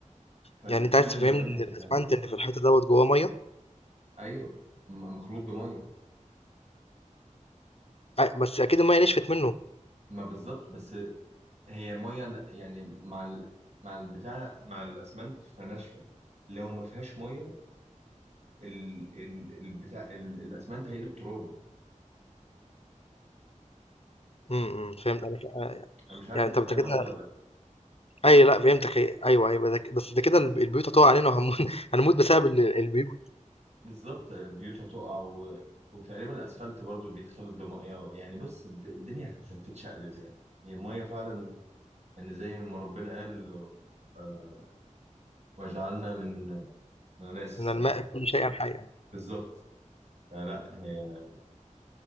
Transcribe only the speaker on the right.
فكل
المباني هتتهد
ايوه م- مخلوط بميه
ما بالظبط بس هي ميه ن- يعني مع ال... مع البتاع مع الاسمنت فناشفه لو ما فيهاش ميه ال... ال... البتاع ال... الاسمنت هيقلب تراب
انا مش عارف
انت
فاهم
قصدي ولا لا
ايوه
بالظبط البيوت هتقع و... وتقريبا الاسفلت برضو بيتخلط بميه يعني بص الد- الدنيا هت- هتتشقلب يعني هي الميه فعلا يعني زي ما ربنا قال آه، وجعلنا من انا ناسي الصراحه
<laughs>
بالظبط فلا هي